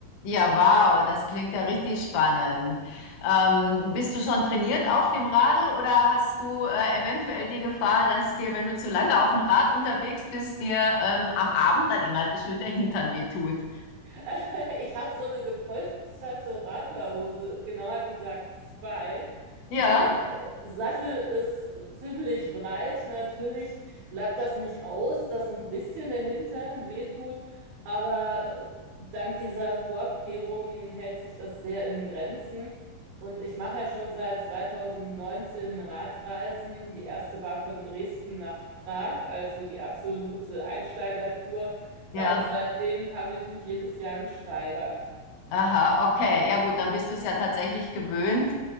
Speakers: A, on the left (about 75°); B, on the right (about 70°).
A: Ja, wow, das klingt ja richtig spannend. Ähm, bist du schon trainiert auf dem Radl oder hast du äh, eventuell die Gefahr, dass dir, wenn du zu lange auf dem Rad unterwegs bist, dir ähm, am Abend dann immer schön der Hintern wehtut?
B: <laughs> Ich habe so eine gepolsterte Radlerhose, genauer gesagt zwei.
A: Ja,
B: Mein äh, Sattel ist ziemlich breit. Natürlich bleibt das nicht aus, dass so ein bisschen der Hintern wehtut, aber äh, dank dieser Vorkehrungen hält sich das sehr in Grenzen. Und ich mache ja schon seit 2019 Radreisen. Die erste war von Dresden nach Prag, also die absolute Einsteigertour. Ja,
A: ja.
B: und seitdem habe ich mich jedes Jahr gesteigert.
A: Aha, okay. Ja gut, dann bist du es ja tatsächlich gewöhnt.